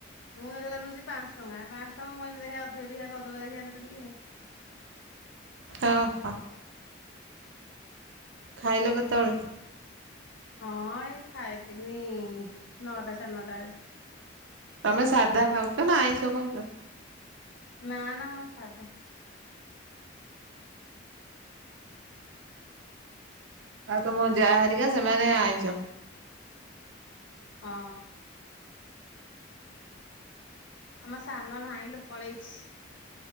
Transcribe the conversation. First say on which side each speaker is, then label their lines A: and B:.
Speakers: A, on the left; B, on the right.
A: ମୁଁ ଏଇଗୁଡା ନୋଉଚି ପାଞ୍ଚ ଟଙ୍କା ପାଞ୍ଚ ଟଙ୍କା ମୁଁ ଏନା ଦେଖିଆ ଅଧିକ ଦେଖିଆ କରିଦବା ଦେଖିଆ ଏଥର ଟିକେ ଆଉ।
B: ଓହୋ। ଖାଇଲ କେତୋଳେ?
A: ହଁ ଏଇ ଖାଇଥିନି ନଅଟା ସାଢ଼େ ନଅଟା ଏ
B: ତମେ ସାଧା ଖାଉଚ ନା ଆଇଁଷ ଖାଉଚ?
A: ନା ନା ମୋର ସାଧା।
B: ଆଉ ତମ ଯାଆ ହାରିକା ସେମାନେ ଆଇଁଷ?
A: ହଁ। ଆମ ସାନ ନାହିଁଲୋ ପଳେଇଛି।